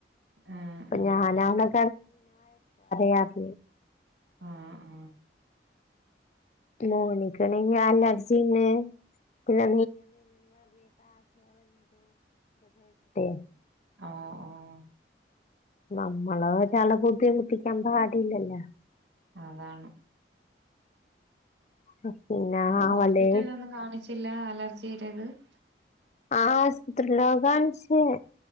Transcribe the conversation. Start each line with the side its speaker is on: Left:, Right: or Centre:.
Right: ഉം
Left: ഇപ്പൊ
Right: ഉം
Left: ഞാൻ ആണ് <unintelligible>
Right: ആ ആ
Left: മോന്ക്ക് ആണെങ്കിൽ അലർജി ഇണ്ട് പിന്നെ <unintelligible> <unintelligible>
Right: ആഹ് ആഹ്
Left: നമ്മളൊരാളെ ബുദ്ധിമുട്ടിക്കാൻ പാടില്ലല്ലോ
Right: അതാണ്‌
Left: <inaudible>
Right: ഹോസ്പിറ്റലിലൊന്നും
Left: അവള്
Right: കാണിച്ചില്ലാ അലർജി <unintelligible>
Left: ആ ആസ്പത്രീലൊക്കെ കാണിച്ച്